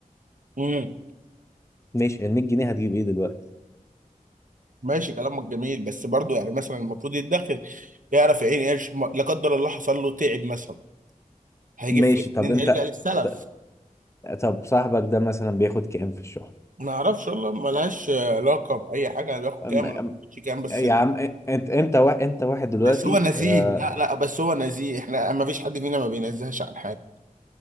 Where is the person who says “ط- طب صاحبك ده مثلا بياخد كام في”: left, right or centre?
Left